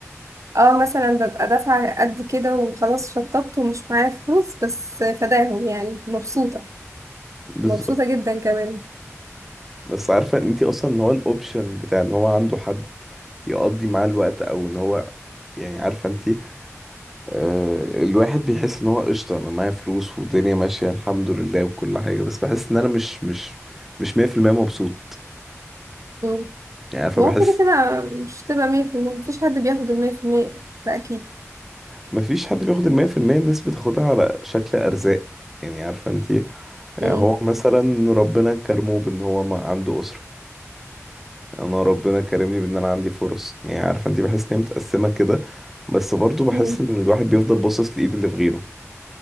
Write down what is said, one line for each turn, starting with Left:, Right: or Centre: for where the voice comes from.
Right: اه مثلا ببقى دافعة قد كده وخلاص شطبت ومش معايا فلوس بس فداهم يعني مبسوطة
Centre: بالظبط
Right: مبسوطة جدا كمان
Centre: بس عارفه ان انت اصلا اللي هو الاوبشن بتاع ان هو عنده حد يقضي معاه الوقت او ان هو يعني عارفه انت آه، الواحد بيحس ان هو قشطة انا معايا فلوس والدنيا ماشية الحمد لله وكل حاجة بس بحس ان انا مش مش مش 100% مبسوط
Right: مم.
Centre: يعني عارفة
Right: ما
Centre: بحس
Right: هو كده كده مش تبقى مية في المية مفيش حد بياخد المية في المية ده أكيد
Centre: مفيش حد بياخد المية في المية الناس بتاخدها على شكل ارزاق يعني عارفة انتي يعني
Right: مم.
Centre: هو مثلا ربنا كرمه بان هو ما عنده اسرة يعني انا ربنا كرمني بان انا عندي فرص يعني عارفة انتي بحس ان هي متقسمة كده بس برضو بحس
Right: مم.
Centre: ان الواحد بيفضل باصص لايد اللي في غيره